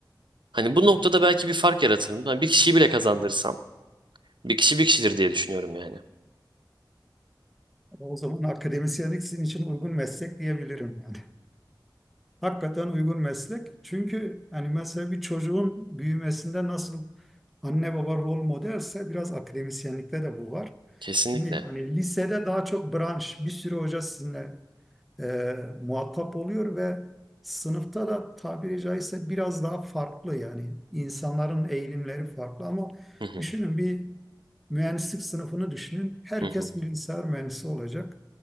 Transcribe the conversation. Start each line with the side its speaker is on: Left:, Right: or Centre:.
Right: Hani bu noktada belki bir fark yaratırım. Hani bir kişiyi bile kazandırsam bir kişi bir kişidir diye düşünüyorum yani.
Centre: O zaman akademisyenlik sizin için uygun meslek diyebilirim yani. Hakikaten uygun meslek. Çünkü hani mesela bir çocuğun büyümesinde nasıl anne baba rol modelse biraz akademisyenlikte de bu var.
Right: Kesinlikle.
Centre: Şimdi hani lisede daha çok branş, bir sürü hoca sizinle e, muhatap oluyor ve sınıfta da tabiri caizse biraz daha farklı yani insanların eğilimleri farklı ama
Right: Hı hı,
Centre: düşünün bir mühendislik sınıfını düşünün. Herkes
Right: hı hı,
Centre: bilgisayar mühendisi olacak